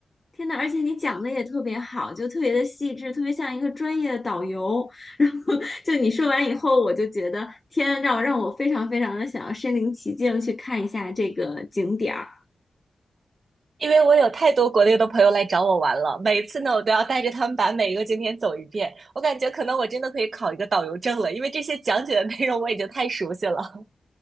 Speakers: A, on the left (about 25°); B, on the right (about 55°).
A: 天呐，而且你讲的也特别好，就特别的细致，特别像一个专业的导游。<laughs> 然后就你说完以后，我就觉得天，让我让我非常非常的想要身临其境去看一下这个景点儿。
B: 因为我有太多国内的朋友来找我玩了，每次呢，我都要带着他们把每一个景点走一遍。我感觉可能我真的可以考一个导游证了，因为这些讲解的内容我已经太熟悉了。